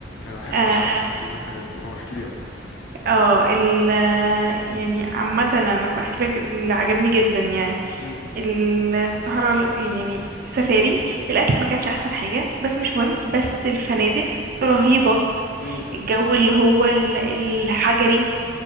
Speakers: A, on the left; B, on the right.
A: انا بحب
B: اه
A: بصراحه التخييم والحاجات دي اه احكي لي اكتر
B: آه، ال يعني عامة انا بحكي لك اللي عجبني جدا يعني
A: امم
B: الصحراء ال- يعني سفاري الاكل ما كانش احسن حاجة بس مش مهم بس الفنادق رهيبة
A: امم
B: الجو اللي هو ال- الحجري